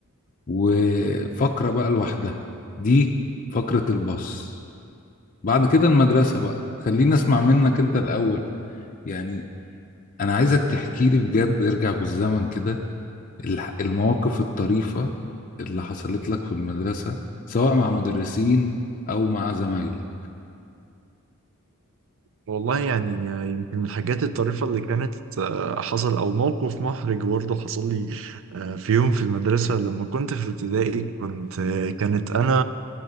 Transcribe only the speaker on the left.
وفقرة بقى لوحدها دي فقرة الباص بعد كده المدرسة بقى خلينا اسمع منك انت الأول يعني أنا عايزك تحكي لي بجد ارجع بالزمن كده الح- المواقف الطريفة اللي حصلت لك في المدرسة سواء مع مدرسين أو مع زمايلك